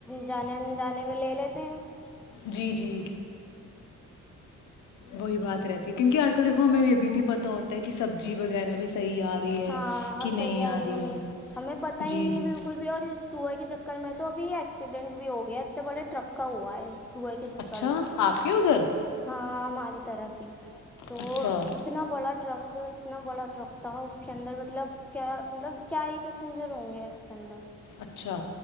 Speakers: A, in the centre; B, on the left (about 75°).
A: جانے جانے میں لے لیتے ہیں
B: جی جی وہی بات رہتی ہے کیونکہ آج کل دیکھو ہمیں یہ بھی نہیں پت ہوتا ہے کہ سبزی وغیرہ بھی صحیح آ رہی ہے
A: ہاں
B: کہ نہیں
A: صحی آ رہ
B: رہی
A: نہیں ہے ہمیں پت ہی
B: جی
A: نہیں
B: جی
A: ہے بالکل بھی اور کنوئیں کے چکر میں تو ابھی ایکسیڈنٹ بھی ہو گیا ہے انے بڑے ٹرک کا ہوا ہے سئی کے چھر
B: اچھا
A: میں
B: آپ کے ادھر
A: ہاں ہماری طرف ہی تو
B: اچھا
A: اتنا بڑا ٹرک اتنا بڑا ٹرک تھا اس اس کے اندر مطلب کیا مطلب کیا ہی پیسنجر ہوں گے اس کے اندر
B: اچھا